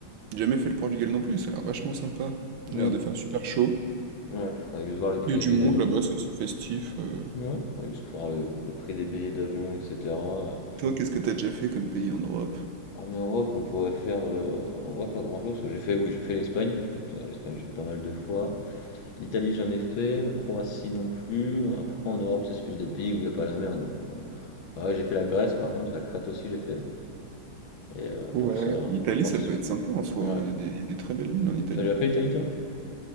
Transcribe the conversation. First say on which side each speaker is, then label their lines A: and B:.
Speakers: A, on the right; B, on the left.
A: J'ai Jamais fait le Portugal non plus, ça a l'air vachement sympa.
B: Hmm,
A: Il a l'air de faire super chaud.
B: Ouais, faudrait juste voir les prix
A: Il y a
B: des
A: du
B: billets
A: monde
B: d'avion.
A: là-bas, c'est assez festif. euh.
B: Ouais, faudrait juste voir le, le prix des billets d'avion, etc.
A: Toi, qu'est-ce que t'as déjà fait comme pays en Europe?
B: En Europe, qu'on pourrait faire, euh, en vrai, pas grand-chose. parce que J'ai fait, oui, j'ai fait l'Espagne. Je sais pas, toi, l'Espagne, j'ai fait pas mal de fois. L'Italie, jamais fait. La Croatie non plus. Après, en Europe, c'est plus des pays où il n'y a pas la mer. Donc, on- ouais, j'ai fait la Grèce, par contre, la Crète aussi, j'ai fait. Et euh, à part
A: Ouais.
B: ça,
A: L'Italie,
B: à part
A: ça
B: ça-
A: peut être sympa en soi,
B: ouais.
A: hein. Il y a des, il y a des très belles villes en Italie.
B: T'as déjà fait l'Italie, toi?